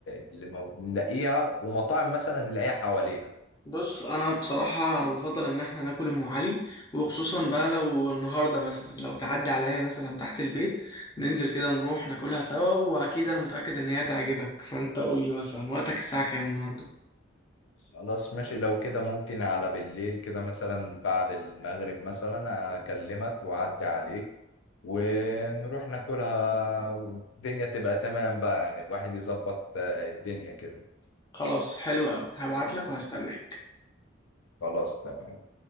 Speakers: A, on the left; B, on the left.
A: اللي مو- نلاقيها ومطاعم مثلا نلاقيها حوالينا
B: بص انا بصراحه انا بفضل ان احنا ناكل ام علي وخصوصا بقى لو النهارده مثلا لو تعدي عليا مثلا تحت البيت ننزل كده نروح ناكلها سوا واكيد انا متاكد ان هي تعجبك فانت قول لي مثلا وقتك الساعه كام النهارده
A: خلاص ماشي لو كده ممكن على بالليل كده مثلا بعد المغرب مثلا أكلمك وأعدي عليك ونروح ناكلها والدنيا تبقى تمام بقى يعني الواحد يظبط آه، الدنيا كده
B: خلاص حلو قوي هبعت لك وهستناك
A: خلاص تمام